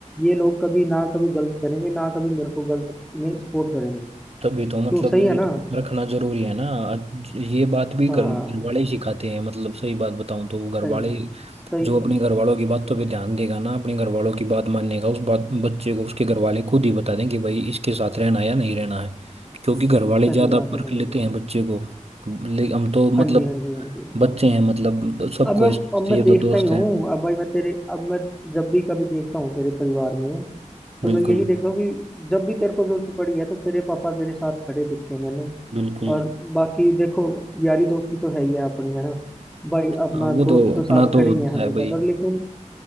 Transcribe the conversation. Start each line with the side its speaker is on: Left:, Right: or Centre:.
Centre: ये लोग कभी ना कभी गलत करेंगे ना कभी मेरे को गलत में सपोर्ट करेंगे
Right: तभी
Centre: क्यों
Right: तो मतलब
Centre: सही है
Right: ये तो
Centre: ना
Right: रखना जरूरी है ना आज ये बात भी
Centre: हाँ
Right: घर घर वाले ही सिखाते हैं मतलब सही बात बताऊं तो घर
Centre: सही
Right: वाले
Centre: है सही
Right: जो अपने घर वालों की बातों पे ध्यान देगा ना अपने घर वालों की बात मानने का उस बात बच्चे को उसके घर वाले खुद ही बता दें कि भाई इसके साथ रहना या नहीं रहना है क्योंकि घर वाले
Centre: सही
Right: ज्यादा
Centre: बात
Right: परख
Centre: है भाई
Right: लेते
Centre: सही
Right: हैं
Centre: है।
Right: बच्चे को ले हम तो मतलब
Centre: हाँ जी हाँ जी हाँ जी
Right: बच्चे हैं मतलब तो सबको
Centre: अब मैं
Right: ये समझते
Centre: अब मैं
Right: हैं, ये
Centre: देखता
Right: तो दोस्त
Centre: ही हूँ
Right: हैं
Centre: अब भाई मैं तेरे अब मैं जब भी कभी देखता हूँ तेरे परिवार में तो
Right: बिल्कुल
Centre: मैं यही देखता हूँ कि जब भी तेरे को जरूरत पड़ी है तो तेरे पापा तेरे साथ खड़े दिखते हैं मैंने
Right: बिल्कुल
Centre: और बाकी देखो यारी दोस्ती तो है ही है अपनी है ना भाई
Right: हाँ,
Centre: अपना
Right: वो तो
Centre: दोस्त तो
Right: अपना
Centre: साथ
Right: तो
Centre: खड़े
Right: होता
Centre: ही है हमेशा
Right: है भाई
Centre: पर लेकिन